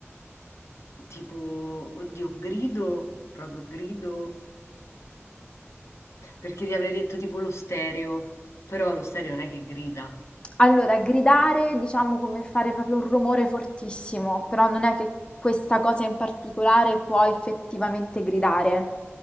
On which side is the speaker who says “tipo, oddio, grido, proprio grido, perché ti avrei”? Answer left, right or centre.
Left